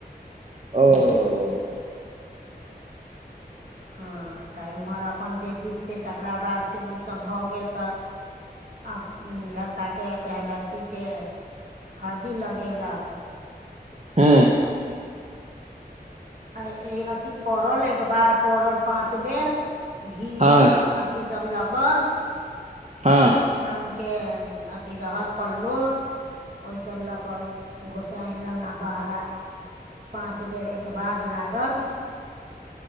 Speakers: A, on the right; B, on the right.
A: ओ
B: हँ तऽ एम्हर अपन जे विध छै तकरा बाद से उसभ भऽ गेल तऽ आब उंम्म लड़का के चाहे लड़की के हरदी लगेलक
A: हुँ
B: हरदि आय ए अथी पड़ल एकबार पड़ल पाँच बेर घी
A: हँ
B: उ अथ थी सब लऽ कऽ
A: हँ
B: आम के अथी रहल पल्लो ओहिसब लऽ कऽ गोसांइ लंग आ बहरा पाँच बेर एकबार लागल।